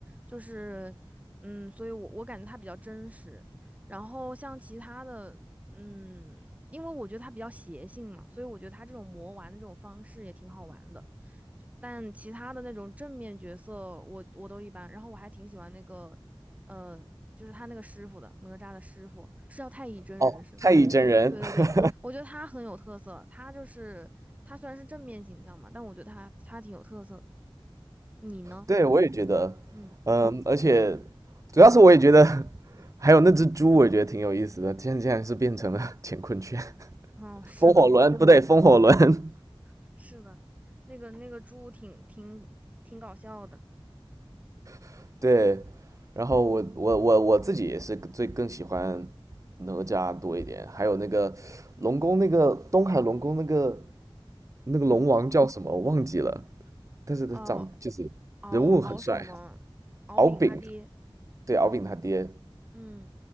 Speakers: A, on the right; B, on the right.
A: 就是嗯，所以我我感觉他比较真实，然后像其他的，嗯，因为我觉得他比较邪性嘛，所以我觉得他这种魔丸的这种方式也挺好玩的。就但其他的那种正面角色我，我都一般。然后我还挺喜欢那个呃，就是他那个师傅的哪吒的师傅是叫太乙真人是吗？
B: 哦，太乙真人，
A: 对对对，
B: <laughs>
A: 我觉得他很有特色，他就是他虽然是正面形象嘛，但我觉得他他挺有特色的。你呢？
B: 对，我也觉得，
A: 嗯，
B: 嗯，而且主要是我也觉得，<laughs> 还有那只猪，我也觉得挺有意思的。现在竟然是变成了 <laughs> 乾坤圈、
A: 哦，
B: <laughs>
A: 是的
B: 风火轮，不对，风火轮。
A: 啊，<laughs> 是的，那个那个猪挺挺挺搞笑的。
B: <laughs> 对，然后我我我我自己也是最更喜欢哪吒多一点，还有那个龙宫那个东海龙宫那个那个龙王叫什么我忘记了，
A: 嗯，
B: 但是他长就是人物很帅，
A: 哦，敖敖什么？敖丙他爹，
B: 敖丙，对，敖丙他爹，
A: 嗯，